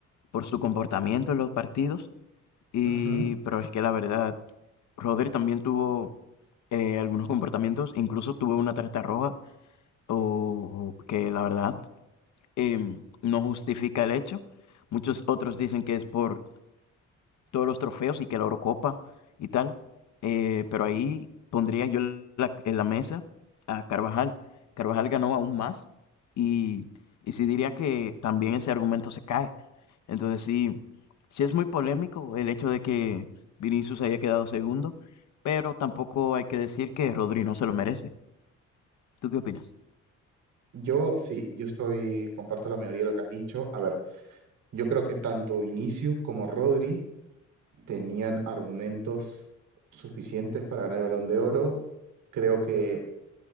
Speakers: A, on the left; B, on the right.
A: por su comportamiento en los partidos, y,
B: Ujú.
A: pero es que la verdad, Rodri también tuvo eh, algunos comportamientos. Incluso tuve una tarjeta roja o, o que la verdad em, no justifica el hecho. Muchos otros dicen que es por todos los trofeos y que la Eurocopa y tal. eh, pero ahí pondría yo la- en la mesa a Carvajal. Carvajal ganó aún más y, y sí diría que también ese argumento se cae. Entonces sí, sí es muy polémico el hecho de que Vinicius haya quedado segundo, pero tampoco hay que decir que Rodri no se lo merece. ¿Tú qué opinas?
B: Yo sí, yo estoy, comparto la mayoría de lo que has dicho. A ver, yo creo que tanto Vinicius como Rodri tenían argumentos suficientes para ganar el Balón de Oro. Creo que